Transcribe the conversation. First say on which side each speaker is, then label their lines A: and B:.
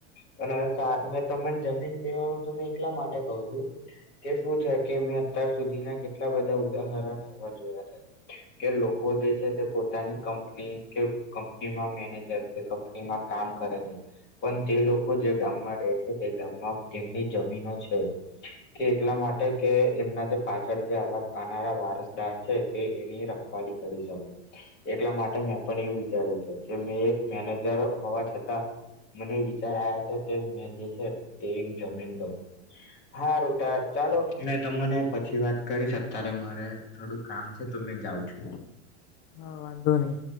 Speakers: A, on the left (about 30°); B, on the left (about 50°).
A: પણવે મે તને જમીન લેવાનું એલા માટે કહ છું કે શું છે કે મેં અત્યાર સુધીના કેટલા બધા ઉદાહરણવા જોયા છે. કે લોકો જે છે તે પોતાની કંપની કે કંપનીમાં મેનેજર છે કંપનીમાં કામ કરે છે, પણ તે લોકો જે ગામમાં રહે છે તે ગામમાં એમની જમીનો છે કે એટલા માટે કે એમના જે પાછળ જેવા આવનારા વારસદાર છે. ની રખવાળ કરી શકે એટલા માટે મેં પણ એવું વિચાર્યું છે કે મેં એક મેનેજર હોવા છતાં મને વિચાર આવ્યા છે, કે મેં જે છે તે એક જમીન લઉં હા રોટા ચાલો મેં તમને પછી વાત કરીશ અત્યારે મારે થોડુંક કામ. તમે જાઉ છો.
B: હા વાંધો નહી.